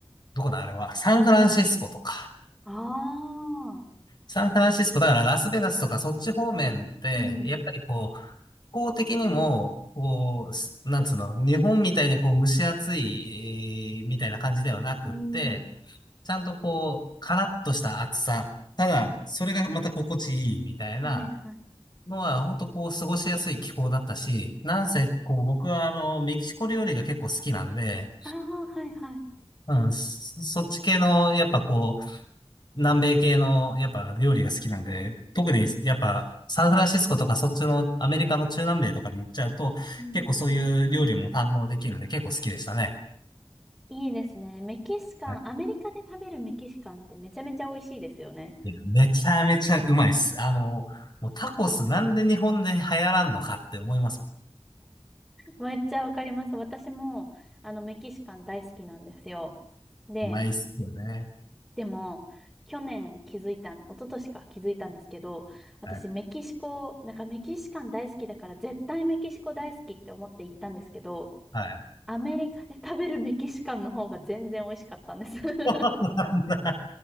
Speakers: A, on the left; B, in the centre.
A: どこだあれは、サンフランシスコとか。
B: ああ。
A: サンフランシスコ、だからラスベガスとかそっち方面って、
B: うん。
A: やっぱりこう、気候的にも、こう、すなんつうの、日本みたいにこう蒸し暑い、えーみたいな感じではなくって、
B: うん。
A: ちゃんとこう、カラッとした暑さ。ただ、それがまた心地いいみたいな
B: はいはい。
A: のは、本当こう、過ごしやすい気候だったし、なんせこう、僕はあの、メキシコ料理が結構好きなんで、
B: ああ、はいはい。
A: うん、そそっち系の、やっぱこう、南米系の、やっぱ料理が好きなんで、特にやっぱサンフランシスコとかそっちのアメリカの中南米とかに行っちゃうと、
B: うん。
A: 結構そういう料理も堪能できるんで結構好きでしたね。
B: いいですね。メキシカン、
A: はい
B: アメリカで食べるメキシカンってめちゃめちゃ美味しいですよね。
A: めちゃめちゃうまいっす。あの、もうタコスなんで日本で流行らんのかって思います。
B: めっちゃわかります。私も、あの、メキシカン大好きなんですよ。で、
A: うまいっすよね。
B: でも、去年気づいた一昨年か気づいたんですけど、私メキシコ、
A: はい。
B: なんかメキシカン大好きだから絶対メキシコ大好きって思って行ったんですけど、
A: はい。
B: アメリカで食べるメキシカンの方が全然美味しかったんです。<laughs>
A: そうなんだ